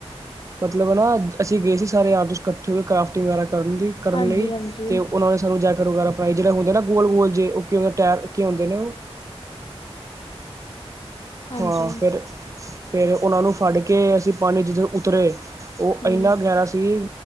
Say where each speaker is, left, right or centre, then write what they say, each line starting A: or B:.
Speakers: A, on the right (about 30°); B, on the left (about 50°).
A: ਮਤਲਬ ਨਾ ਅਸੀਂ ਗਏ ਸੀ ਸਾਰੇ ਯਾਰ-ਦੋਸਤ ਇਕੱਠੇ ਹੋ ਕੇ ਕਰਾਫਟਿੰਗ ਵਗੈਰਾ ਕਰਨ ਲਈ ਕਰਨ
B: ਹਾਂਜੀ
A: ਲਈ
B: ਹਾਂਜੀ
A: ਤੇ ਉਹਨਾਂ ਨੇ ਸਾਨੂੰ ਜਾਕੇ ਚੱਕੜ ਵਗੈਰਾ ਪਾਏ ਜਿਹੜੇ ਹੁੰਦੇ ਨਾ ਗੋਲ-ਗੋਲੇ ਜੇ। ਉਹ ਟਾਇਰ ਰੱਖੇ ਹੁੰਦੇ ਨੇ ਓ
B: ਹਾਂਜੀ
A: ਹਾਂ ਫਿਰ-ਫਿਰ ਉਹਨਾਂ ਨੂੰ ਫੜ ਕੇ ਅਸੀਂ ਪਾਣੀ ਚ ਜਦੋਂ ਉਤਰੇ ਉਹ
B: ਹੂੰ
A: ਇੰਨਾ ਗਹਿਰਾ ਸੀ